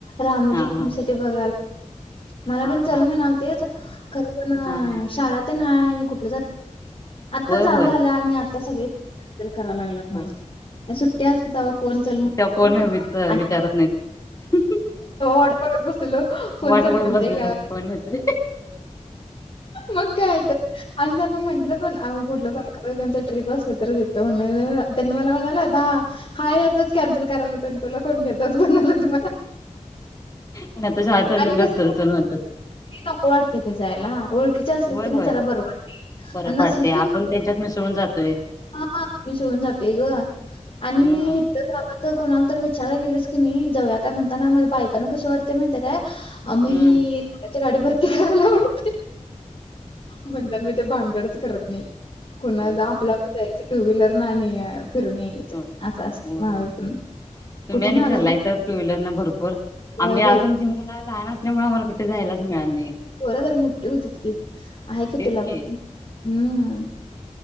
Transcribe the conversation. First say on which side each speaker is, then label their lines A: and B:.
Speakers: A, on the left; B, on the left.
A: रामजी
B: हा हा
A: फम स बघायला मला
B: हा
A: पण चलम
B: हा
A: आहेणार ते खरे पण
B: हा हा
A: शाळात ना आणि कुठ आता
B: होय
A: चाल
B: होय
A: झालं आणि आता सगळे करा लाग मला
B: हो
A: सुट्ट्या कोण चल म्हणतेत
B: ते कोणी विच
A: आणि
B: विचारत नाहीत
A: वा बघत बसत लो कोणचल
B: वाट बघत
A: म्हणते
B: बसलेलं
A: का
B: असतं कोण येतोय
A: मग काय तर अनंदान म्हंटलं पण अगं कुठलं बागा त्यांच ट्रिप असलं तरच येतं म्हण त्यांनी मला म्हणाले आता हा हा यातलंच कॅन्सल करायला होत तुला कोण घेतच बनला मला
B: आणि आता शाळा चालल्यावर
A: आणि कस
B: चल चल म्हणतात
A: नक वाढते क जायला ओळखीच्या असलेत
B: होय
A: की नाही
B: होय
A: जरा बर वाड
B: बरं
A: आणि नसलेत
B: पाडतय
A: की मग
B: आपण त्यांच्यात मिसळून जातोय
A: हा मी सोडून जाते ग आणि
B: हा
A: तर कोणाला तर विचाराला गेलीस की नाही जवया काय म्हणताना बायकांना कस वाटते माहितीय काय आम ही
B: हा
A: त्याच्या गाडी भरती करायला आवडते म्हणतात मी ते भानगडच करत नाही कुणा
B: होय बा
A: आपल्या पण जायचं टू व्हीलर ना आणि फिरणी
B: होय
A: असं
B: होय
A: ना
B: होय
A: पण
B: तुम्ही
A: कुठं
B: आणि
A: नादाला
B: फिरलाय
A: लागतो.
B: तर टू व्हीलरने भरपूर
A: होय
B: आम्ही अजून
A: बाई.
B: ती मला लहान असल्यामुळे आम्हाला कुठे जायलाच मिळा नाही
A: खोरं तर मोठे होती कि आहे कि
B: तेच
A: तुला प
B: की
A: हम्म